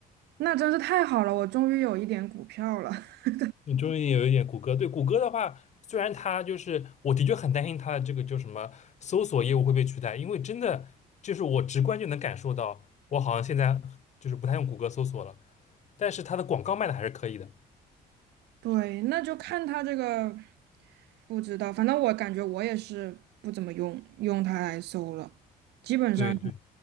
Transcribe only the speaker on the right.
那真是太好了，我终于有一点股票了。<laughs>
对，那就看它这个，不知道，反正我感觉我也是不怎么用用它来搜了，基本上